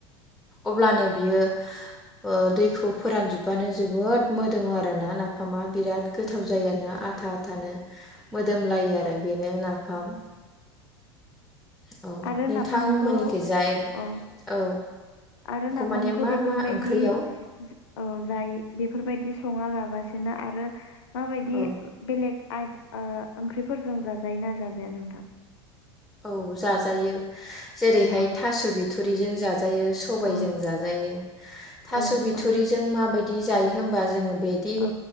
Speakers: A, in the centre; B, on the left.
A: अब्लानो बियो ओ दैखौ फोरानजोबबानो जोबोद मोदोमो आरोना नाफामा बिराद गोथाव जायो आरोना आथा आथानो मोदोमलायो आरो बेनो नाफाम, औ
B: आरो
A: नोंथांमोननिखैजाय
B: नाफामखौ औ
A: औ
B: आरो नाफामखौ
A: माने मा
B: बेफोरबायदि
A: मा ओंख्रियाव
B: औ जाय बेफोरबायदि सङा लाबासिनो आरो माबायदि
A: औ
B: बेलेग आइ ओ ओंख्रिफोरजों जाजायो ना जाजाया नोंथां?
A: औ जाजायो जेरैहाय
B: औ
A: थास बिथ फुरिजों जा जाजायो सबायजों
B: औ
A: जाजायो थास
B: औ
A: बिथरिजों
B: औ
A: माबायदि बिदि जायो होनबा जोङो बिदि
B: औ